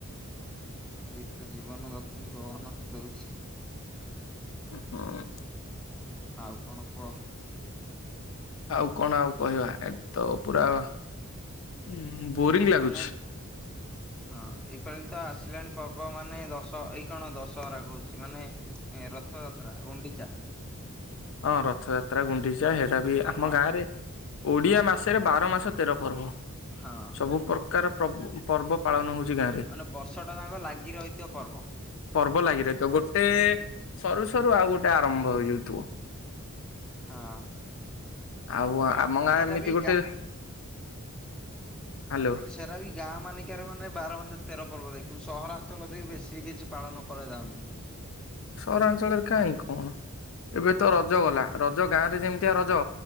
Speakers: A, in the centre; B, on the left (about 60°).
A: ଏଇ ତ ଜୀବନ ଦକ୍ଷିଣୀ ପବନ ହଲୋଉଛି।
B: ହୁଁ।
A: ଆଉ କଣ କୁଅ।
B: ଆଉ କଣ ଆଉ କହିବା ଏକ ତ ପୁରା ଉଁ ବୋରିଙ୍ଗ ଲାଗୁଛି।
A: ମାନେ ହଁ ଏଇପାଳି ତ ଆସିଲାଣି ପର୍ବ ମାନେ ଦଶ ଏଇ କଣ ଦଶହରା କୋଉଛି ମାନେ। ଏଁ ରଥଯାତ୍ରା ଗୁଣ୍ଡିଚା।
B: ହଁ ରଥଯାତ୍ରା ଗୁଣ୍ଡିଚା ହେରା ବି
A: ତମ
B: ଆମ ଗାଁ ରେ ଓଡିଆ
A: ହଁ
B: ମାସ୍ ତେରେ ବାର ମାସ ତେର ପର୍ବ।
A: ହଁ
B: ସବୁ ପ୍ରକାର ପ୍ରଭୁ ପର୍ବ ପାଳନ ହୋଉଛି ଗାଁରେ।
A: ମାନେ ବର୍ଷ ଟା ଯାକ ଲାଗି ରହିଥିବ ପର୍ବ
B: ପର୍ବ ଲାଗି ରହିଥିବ ଗୋଟେ ସରୁ ସରୁ ଆଉ ଗୋଟେ ଆରମ୍ଭ ହୋଇଯାଉଥିବ।
A: ହଁ।
B: ଆଉ ଆମ ଗାଁ
A: ସେଇଟା
B: ଏମିତି
A: ବି
B: ଗୋଟେ।
A: ଗା
B: ହ୍ୟାଲୋ
A: ମୁଁ କଇଲି ସେୟା ତାବି ଗାଁ ମାନେଙ୍କେରେ ମାନେ ବାର ମାସ ତେର ପର୍ବ ଦେଖିବୁ ସହରାଞ୍ଚଳରେ ଦେଖିବୁ ବେଶୀ କିଛି ପାଳନ କରାଯାଉନି।
B: ସହରାଞ୍ଚଳରେ କାଇଁ କଣ ଏବେ ତ ରଜ ଗଲା ରଜ ଗାଁ ରେ ଯେମିତିଆ ରଜ।